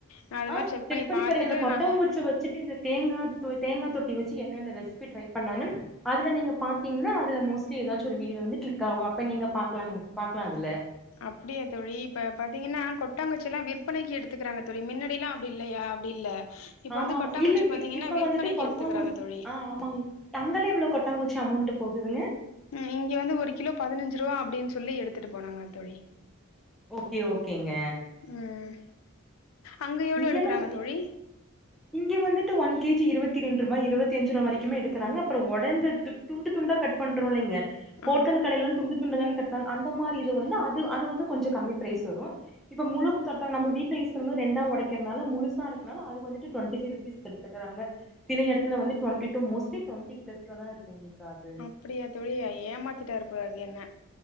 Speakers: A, on the left; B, in the centre.
A: நா அது
B: ஆ
A: மாரி
B: செக் பண்ணி
A: பாத்துட்டு
B: பாருங்க இந்த கொட்டாங்குச்ச
A: நா
B: வெச்சு ட்டு இந்த தேங்கா தொ தேங்கா தொப்பி வெச்சு என்னென்ன ரெசிபி ட்ரை பண்ணாங்கன்னு அதுல நீங்க பாத்தீங்கன்னா அதுல மோஸ்லி ஏதாச்சு ஒரு வீடியோ வந்து கிளிக் ஆகு அப்ப நீங்க பாக்லா பாக்லா அதுல
A: அப்டியா தோழி இப்ப பாத்தீங்கன்னா கொட்டாங்கச்சி எல்லா விற்பனைக்கு எடுத்துக்குறாங்க தோழி முன்னாடில்லா அப்டி இல்லையா இல்ல இப்ப
B: ஆமா
A: வந்து
B: ஆமா
A: கொட்டாங்குச்சி
B: இல்ல
A: பாத்தீங்கன்னா
B: இப் இப்ப
A: விற்பனைக்கு
B: வந்துட்டு கொட்டாங்கு
A: எடுத்துக்கிறாங்க தோழி
B: ஆ ஆமாங்க தங்கலே எவ்ளோ கொட்டங்குச்சி அமௌண்டு போகுதுல
A: ம் இங்கே வந்து ஒரு கிலோ பதினஞ்சு ரூவா அப்டின் சொல்லி எடுத்துட்டு போனாங்க தோழி
B: ஓகே ஓகேங்க
A: ம் அங்க எவ்ளோ
B: இங்கல்லா
A: எடுக்குறாங்க தோழி
B: எ இங்க வந்துட்டு ஒன் கேஜி இருவத்தி ரெண்டு ரூபா இருவத்தி அஞ்சு ரூவா வரைக்குமே எடுக்குறாங்க அப்புற ஒடந்த து துண்டு துண்டா கட் பண்றோ இலங்க ஹோட்டல்
A: ஆ
B: கடல்லலா துண்டு துண்டு தானே கட்டாங்க அந்த மாரி இது வந்து அது அது வந்து கொஞ்ச கம்மி பிரைஸ் வரு இப்ப முழு தட்ட நம்ம வீட்ல யூஸ் பண்ணபோ ரெண்டா ஒடைக் கருனால முழுசா இருக்கனால அது வந்துட்டு டுவெண்டி ஃபைவ் ருபீஸ்கு எடுத்துக்குறாங்க சில இடத்துல வந்து டுவெண்டி டு மோஸ்லி டுவெண்டி பிளஸ்ல தா இருக்கு உங்ககு அது
A: அப்டியா தோழி ஏமாத்திட்டாரு பா என்ன